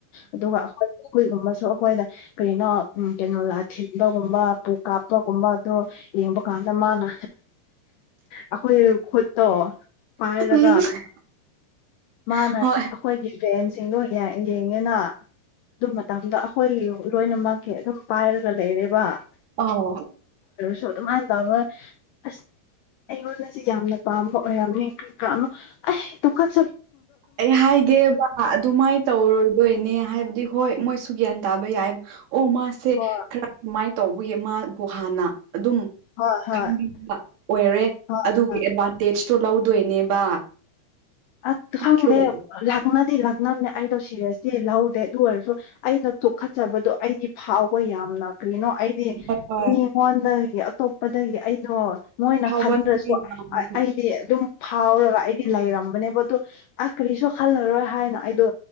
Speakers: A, on the left; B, on the right.
A: ꯑꯗꯨꯒ ꯑꯩꯈꯣꯏ ꯆꯈꯨꯏꯒꯨꯝꯕꯁꯨ ꯑꯩꯈꯣꯏꯗ ꯀꯩꯅꯣ ꯀꯩꯅꯣ ꯂꯥ ꯊꯤꯟꯕꯒꯨꯝꯕ ꯄꯨ ꯀꯥꯞꯄꯒꯨꯝꯕ ꯑꯗꯨꯣ ꯌꯦꯡꯕ ꯀꯥꯟꯗ ꯃꯥꯅ ꯑꯩꯈꯣꯏ ꯈꯨꯠꯇꯣ ꯄꯥꯏꯔꯒ
B: <unintelligible>
A: ꯃꯥꯅ
B: ꯍꯣꯏ
A: ꯑꯩꯈꯣꯏꯒꯤ ꯚꯦꯟꯁꯤꯡꯗꯣ ꯌꯦꯡꯉꯤꯅ ꯑꯗꯨ ꯃꯇꯝꯗ ꯑꯩꯈꯣꯏ ꯂꯣꯏꯅꯃꯛꯀꯤ ꯑꯗꯨꯝ ꯄꯥꯏꯔꯒ ꯂꯩꯔꯦꯕ
B: ꯑꯧ
A: ꯁ ꯑꯗꯨ ꯃꯥꯥꯏ ꯐ꯭ꯂꯔ ꯑꯁ ꯑꯩꯉꯣꯟ ꯑꯁꯤ ꯌꯥꯝꯅ ꯄꯥꯝꯕ ꯑꯣꯏꯔꯝꯃꯤ ꯀ ꯑꯍꯦ
B: ꯑꯩ ꯍꯥꯏꯒꯦꯕ ꯑꯗꯨꯃꯥꯏꯅ ꯇꯧꯔꯣꯏꯗꯣꯏꯅꯦ ꯍꯥꯏꯕꯗꯤ ꯍꯣꯏ ꯃꯣꯏꯁꯨ ꯒ꯭ꯌꯥꯟ ꯇꯥꯕ ꯌꯥꯏꯕ ꯑꯣ ꯃꯥꯁꯦ
A: ꯍꯣꯏ
B: ꯈꯔ ꯇꯧꯕꯌꯦ ꯃꯥꯕꯨ ꯍꯥꯟꯅ ꯑꯗꯨꯝ
A: ꯍꯣꯏ ꯍꯣꯏ
B: ꯈꯟꯕꯤꯕ ꯑꯣꯏꯔꯦ
A: ꯍꯣꯏ
B: ꯑꯗꯨꯒꯤ
A: ꯍꯣꯏ
B: ꯑꯦꯗꯚꯥꯟꯇꯦꯖ ꯏꯁ ꯂꯧꯗꯣꯏꯅꯦꯕ
A: ꯑ
B: ꯅꯠꯇ꯭ꯔꯣ
A: ꯁꯪꯅꯦ ꯂꯅꯥ ꯗꯤ ꯂꯛꯅꯕꯝꯅꯦ ꯑꯩ ꯂꯧ ꯁꯤꯔꯁꯤꯗꯤ ꯂꯧꯗꯦ ꯑꯗꯨ ꯑꯣꯏꯔꯁꯨ ꯑꯩꯅ ꯇꯣꯛꯈꯠꯆꯕꯗꯣ ꯑꯩꯗꯤ ꯐꯥꯎꯕ ꯌꯥꯝꯅ ꯀꯩꯅꯣ ꯑꯩꯗꯤ
B: ꯍꯣꯏ ꯍꯣꯏ
A: ꯃꯤꯉꯣꯟꯗꯒꯤ ꯑꯇꯣꯞꯄꯗꯒꯤ ꯑꯩꯗꯣ ꯃꯣꯏꯅ
B: ꯐꯥꯎꯕ
A: ꯈꯟꯗ꯭ꯔꯁꯨ
B: ꯅꯪꯗꯤ ꯌꯥꯝ
A: ꯑꯩꯗꯤ ꯑꯗꯨꯝ ꯐꯥꯎꯔꯒ ꯑꯩꯗꯤ ꯂꯩꯔꯝꯕꯅꯦ ꯑ ꯀꯔꯤꯁꯨ ꯈꯜꯂꯔꯣꯏ ꯍꯥꯏꯅ ꯑꯩꯗꯣ